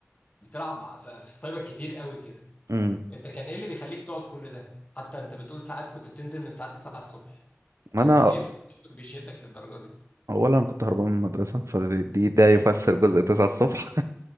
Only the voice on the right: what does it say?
امم
انا
اولا كنت هربان من المدرسه فدي ده يفسر جزء 9 الصبح